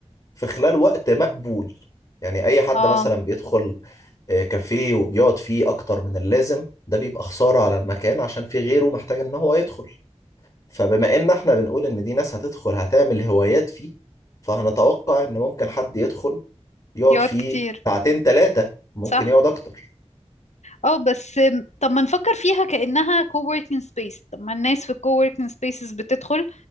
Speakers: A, on the left (about 40°); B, on the left (about 80°).
A: في خلال وقت مقبول يعني أي حد
B: اه
A: مثلا بيدخل آه، كافيه وبيقعد فيه أكتر من اللازم ده بيبقى خسارة على المكان عشان في غيره محتاج إن هو يدخل فبما إن إحنا بنقول إن دي ناس هتدخل هتعمل هوايات فيه فهنتوقع إن ممكن حد يدخل يقعد
B: يقعد
A: فيه
B: كتير
A: ساعتين ثلاثة ممكن
B: صح
A: يقعد أكتر
B: اه بس طب ما نفكر فيها كأنها coworking space طب ما الناس في coworking spaces بتدخل